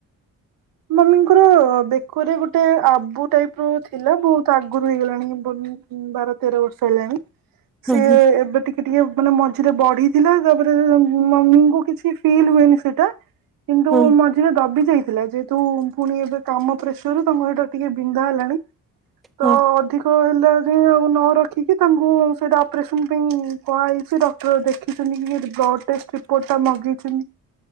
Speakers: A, on the right (about 85°); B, in the centre.
A: ମମିଙ୍କର ବେକରେ ଗୋଟେ ଆବୁ ଟାଇପ୍ ର ଥିଲା। ବହୁତ ଆଗରୁ ହେଇଗଲାଣି। ବୁନ୍ ବାର ତେର ବର୍ଷ ହେଲାଣି। ସିଏ
B: ହଁ ହଁ
A: ଏବେ ଟିକ୍ ଟିକେ ମାନେ ମଝିରେ ବଢିଥିଲା। ତା'ପରେ ମମିଙ୍କୁ କିଛି ଫିଲ୍ ହୁଏନି ସେଇଟା। କିନ୍ତୁ,
B: ହଁ
A: ମଝିରେ ଦବି ଯାଇଥିଲା ଯେ ତୁ ପୁଣି ଏବେ କାମ ପ୍ରେସର ତାଙ୍କୁ ହେଇଟା ଟିକେ ବିନ୍ଧା ହେଲାଣି। ତ
B: ହଁ
A: ଅଧିକ ତ ହେଲା ଯାଇଁ ଆଉ ନ ରଖିକି, ତାଙ୍କୁ ସେଇଟା ଅପରେସନ୍ ପାଇଁ କୁହାହେଇଛି। ଡକ୍ ତ ଦେଖିଛନ୍ତି ଇଏ, ବ୍ଲଡ଼ ଟେଷ୍ଟ ରିପୋର୍ଟ ଟା ମଗେଇଛନ୍ତି।